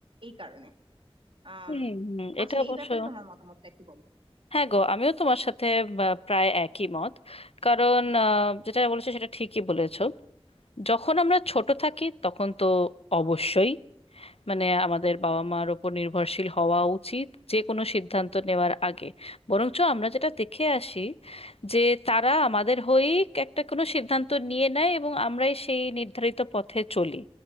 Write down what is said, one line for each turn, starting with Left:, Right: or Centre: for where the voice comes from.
Right: এই কারণে আম,
Left: হুম হুম, এটা
Right: আচ্ছা
Left: অবশ্য
Right: এই ব্যাপারে তোমার মতামতটা একটু বলো
Left: হ্যাঁ গো আমিও তোমার সাথে আহ, প্রায় একই মত কারণ আহ, যেটা বলেছো সেটা ঠিকই বলেছো যখন আমরা ছোট থাকি তখন তো অবশ্যই মানে আমাদের বাবা মার ওপর নির্ভরশীল হওয়া উচিত যে কোনো সিদ্ধান্ত নেওয়ার আগে বরঞ্চ আমরা যেটা দেখে আসি যে তারা আমাদের হয়েই একটা কোনো সিদ্ধান্ত নিয়ে নেয় এবং আমরাই সেই নির্ধারিত পথে চলি